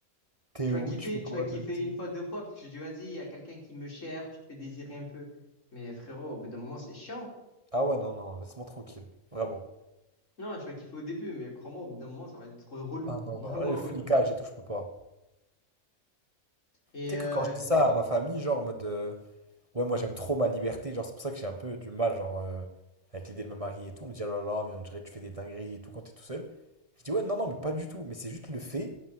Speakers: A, on the right; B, on the left.
A: T'es
B: Tu
A: où?
B: vas kiffer,
A: Tu fais quoi?
B: tu vas kiffer
A: T'es avec qui?
B: une fois, deux fois, parce que tu dis, vas-y, il y a quelqu'un qui me cherche, tu te fais désirer un peu. Mais frérot, au bout d'un moment, c'est chiant.
A: Ah ouais, non, non, laisse-moi tranquille. Vraiment.
B: Non, tu vas kiffer au début, mais crois-moi, au bout d'un moment, ça va être relou,
A: Ah
B: <laughs>
A: non,
B: vraiment
A: non, le flicage
B: relou.
A: et tout, je peux pas.
B: Et
A: Tu sais
B: euh,
A: que quand je dis ça à ma famille, genre en mode euh, ouais, moi j'aime trop ma liberté, genre c'est pour ça que j'ai un peu du mal, genre euh, avec l'idée de me marier et tout. On me dit oh là là, mais on dirait que tu fais des dingueries et tout quand t'es tout seul. Je dis ouais, non, non, mais pas du tout, mais c'est juste le fait